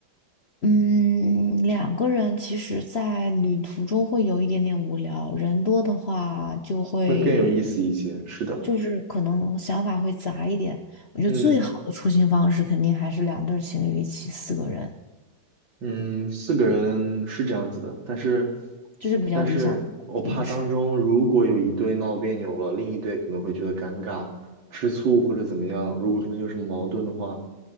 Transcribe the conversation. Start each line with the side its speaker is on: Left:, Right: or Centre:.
Left: 嗯，两个人其实，在旅途中会有一点点无聊，人多的话就会，
Right: 会更有意思一些。是的，
Left: 就是可能想法会杂一点。我觉得最好的出行方式肯定还是两对儿情侣一起，
Right: 嗯
Left: 四个人，
Right: 嗯，四个人是这样子的，但是
Left: 这是比较理想的形式。
Right: 但是我怕当中如果有一对闹别扭了，另一对可能会觉得尴尬、吃醋或者怎么样，如果中间有什么矛盾的话，